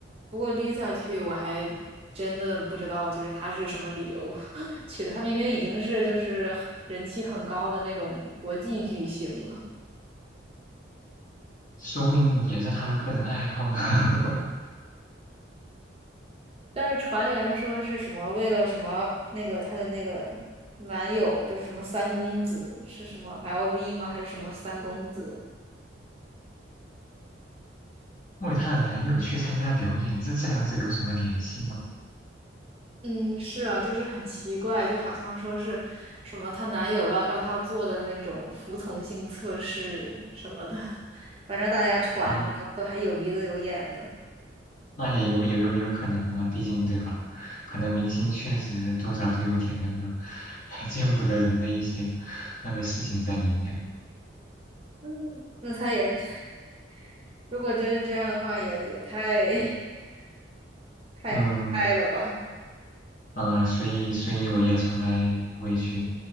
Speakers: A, on the right; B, on the left.
A: 不过 Lisa 去我还真的不知道，就是她是什么理由 <laughs> 去的，她明明已经是就是人气很高的那种国际巨星了。
B: 说不定也是他的个人爱好呢。<laughs>
A: 但是传言说是什么为了什么那个她的那个男友就是什么三公子是什么 LV 吗？还是什么三公子？
B: 为她的男友去参加表演，这这两者有什么联系吗？
A: 嗯，是啊，就是很奇怪，就好像说是什么她男友要要她做的那种服从性测试什么的，<laughs> 反正大家传的都都还有鼻子有眼的。
B: 啊，那也有有有有可能的，毕竟对吧？可能明星确实多少都有点那个 <laughs> 见不得人的一些那个事情在里面。
A: 嗯，那她也 <laughs> 如果真是这样的话，也也太
B: 嗯
A: <laughs> 太太了吧？
B: 嗯呃，所以所以我也从来不会去